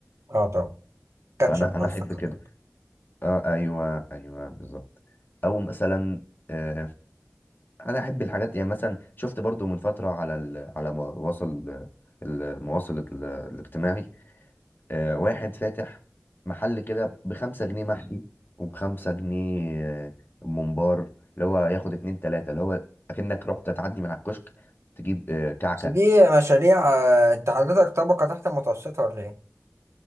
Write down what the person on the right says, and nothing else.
اه طبعا كاتشب
قصدك
حضرتك
بس دي مشاريع آه، انت حضرتك طبقه تحت المتوسطه ولا ايه